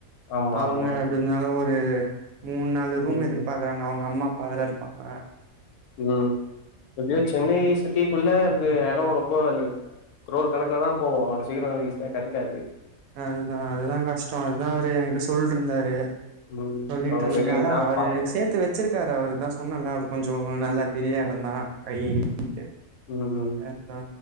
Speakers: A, on the left; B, on the right.
A: ஆமா
B: அவங்க
A: ஆமா.
B: எப்படிருந்தாலும் ஒரு மூண் நாலு ரூம்
A: ம்,
B: எதிர்பாக்குறாங்க அவங்க அம்மா அப்பா வேற இருப்பாங்க
A: ம் எப்டியோ சென்னை சிட்டிக்குள்ள எடோ ரொம்போ க்ரோ கணக்கலதா போவு அவ்ளோ சீக்ரோ ஈசியா கெடைக்காது
B: அதுதா அதுதா கஷ்டோ அதுதா அவரு என்கிட்ட சொல்ருந்தாரு
A: ம்.
B: சொல்லிட்டு
A: அவங்க
B: இருந்துட்டு
A: வெளிய
B: அதா
A: தான்
B: அவரு
A: பாக்கணும்.
B: சேத்து வச்சிருக்காரு அவருதா பொண்ணுள்ள அவர் கொஞ்சோ நல்ல
A: ம்.
B: பெரிய இடம் தா <unintelligible>
A: ம், ம்.
B: அதா